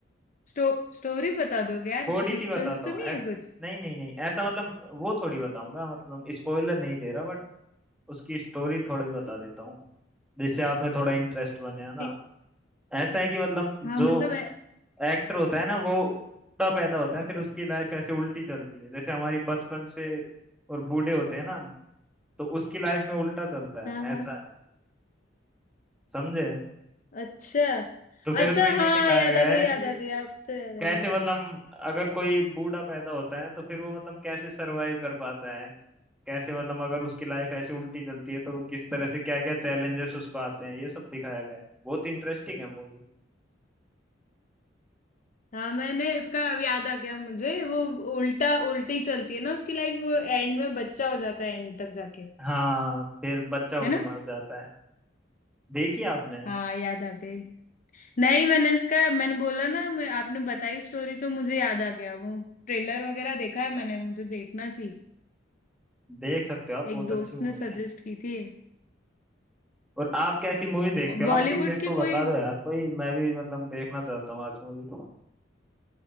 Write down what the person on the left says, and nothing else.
स्टो, स्टोरी बता दोगे यार
सस्पेंस
तो
नहीं
है कुछ
ठीक
हाँ मतलब है
हाँ
हाँ
अच्छा
अच्छा
हाँ
याद
आ गई
याद
आ गई अब तो याद आ
गई
हाँ मैंने उसका अब याद आ गया मुझे वो उल्टा उल्टी चलती है ना उसकी लाइफ वो एंड में बच्चा हो जाता है एंड तक जाके
है ना
हाँ याद आ गई नहीं मैंने इसका मैंने बोला ना मैं आपने बताई स्टोरी तो मुझे याद आ गया वो ट्रेलर वगैरह देखा है मैंने मुझे देखना थी
एक दोस्त
ने सजेस्ट
की थी
बॉलीवुड
की
कोई